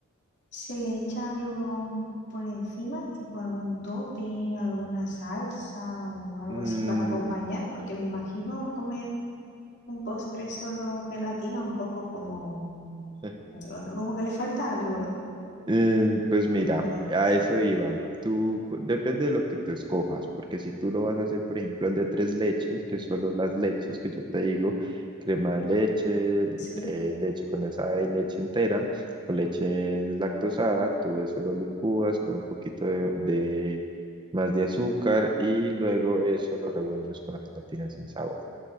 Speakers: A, on the left; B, on the right.
A: ¿Se le echa algo por encima, tipo algún topping, alguna salsa o algo
B: Mm,
A: así para acompañar? Porque me imagino comer un postre solo gelatina un poco como,
B: <laughs>
A: no, no, como que le falta algo, ¿no?
B: Eh, pues mira,
A: Me lo imagino
B: a
A: así.
B: eso iba. Tú, p- depende de lo que tú escojas, porque si tú lo vas a hacer, por ejemplo, el de tres leches, que solo las leches que yo te digo, crema de leche,
A: Sí,
B: eh, leche condensada y leche entera, o leche deslactosada, todo eso lo licúas con un poquito de, de- más de azúcar y luego eso lo revuelves con la gelatina sin sabor.